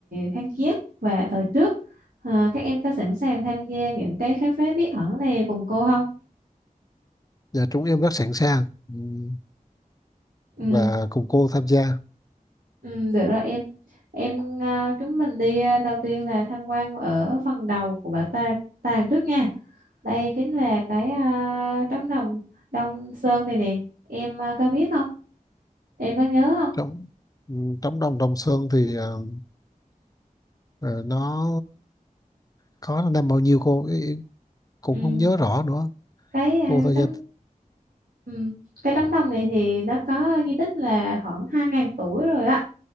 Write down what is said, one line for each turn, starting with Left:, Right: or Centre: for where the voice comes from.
Right: kháng chiến và thời trước. À, các em có sẵn sàng tham gia những cái khám phá bí ẩn này cùng cô không?
Left: Dạ chúng em rất sẵn sàng ừm,
Right: Ừ.
Left: và cùng cô tham gia
Right: Ừ, được rồi em em à, chúng mình đi à, đầu tiên là tham quan ở phần đầu của bảo ta tàng trước nha đây chính là cái à, trống đồng Đông Sơn này nè em à, có biết không em có nhớ không
Left: trong ừm, trong đồng Đồng Sơn thì ờ, ờ, nó có năm bao nhiêu cô ý- ý- cũng
Right: ừ.
Left: không nhớ rõ nữa
Right: cái à,
Left: cô tham
Right: trống
Left: gia
Right: ừ. cái trống đồng này thì nó có di tích là khoảng hai ngàn tuổi rồi á